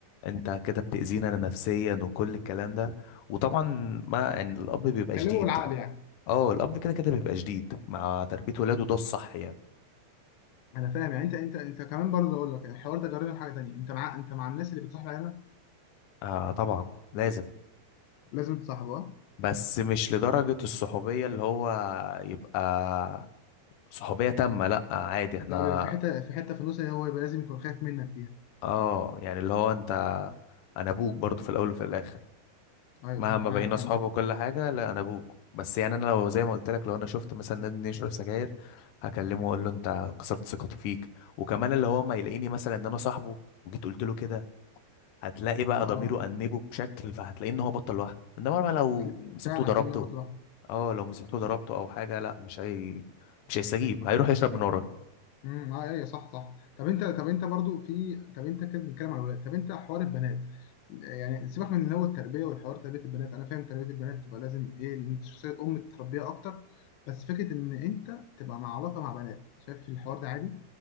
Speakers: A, on the left; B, on the left.
A: انت كده بتأذينا انا نفسيا وكل الكلام ده وطبعا ما يعني الاب بيبقى
B: كلمه
A: شديد
B: بالعقل يعني
A: اه الاب كده كده بيبقى شديد مع تربية ولاده ده الصح يعني
B: انا فاهم يعني انت انت انت كمان برضه اقول لك الحوار ده جربنا حاجه تانيه انت مع انت مع الناس اللي بتصاحب عيالها
A: آه طبعا لازم
B: لازم تصاحبها
A: بس مش لدرجة الصحوبية اللي هو يبقى صحوبية تامة لا عادي احنا
B: لا بيبقى في حته في حته في النص اللي هو يبقى لازم يكون خايف منك فيها
A: اه يعني اللي هو انت انا ابوك برضو في الاول وفي الاخر
B: ايوه
A: مهما
B: صح معاك
A: بقينا
B: فعلا
A: اصحاب وكل حاجه لا انا ابوك بس يعني انا لو زي ما قلت لك لو انا شفت مثلا نادي يشرب سجاير هكلمه واقول له انت كسرت ثقته فيك وكمان اللي هو ما يلاقيني مثلا ان انا صاحبه وجيت قلت له كده هتلاقي بقى
B: اه
A: ضميره انبه بشكل فهتلاقي ان هو بطل لوحده انما بقى لو
B: هتل-
A: مسكته
B: فعلا
A: ضربته
B: هتلاقي ان هو بطل
A: اه لو مسكته ضربته او حاجه لا مش هي مش هيستجيب هيروح يشرب من ورايا
B: امم اه ايوه صح صح طب انت طب انت برضو في طب انت كده بنتكلم على الولاد طب انت حوار البنات يعني سيبك من اللي هو التربيه والحوار تربيه البنات انا فاهم تربيه البنات تبقى لازم ايه ان انت شخصيه ام تربيها اكتر بس فكره ان انت تبقى مع علاقه مع بنات شايف الحوار ده عادي